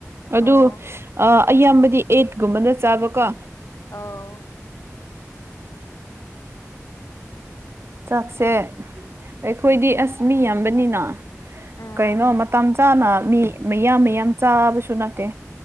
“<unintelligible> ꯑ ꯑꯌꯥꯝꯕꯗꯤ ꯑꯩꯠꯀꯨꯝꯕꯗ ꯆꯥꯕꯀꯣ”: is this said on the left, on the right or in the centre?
Right